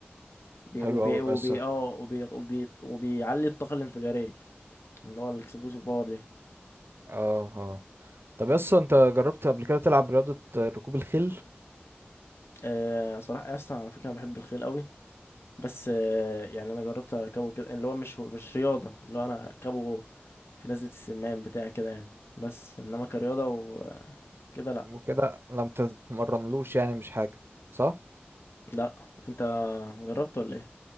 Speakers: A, on the left; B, on the right.
A: بي
B: حلو
A: وبي
B: قوي
A: وبي
B: يس اه
A: اه وبي وبي وبيعلي الطاقة الانفجارية اللي هو الاكسبلوسيف باور دي
B: اه طب يس انت جربت قبل كده تلعب رياضة ركوب الخيل
A: آه صراحة اصلا على فكرة أنا بحب الخيل قوي بس آه، يعني انا جربت اركبه كده اللي هو مش مش رياضه اللي هو انا اركبه في نزله السمان بتاع كده يعني بس انما كرياضه وكده لا
B: وكده لما تتمرنلوش يعني مش حاجة صح؟
A: لا انت جربت ولا ايه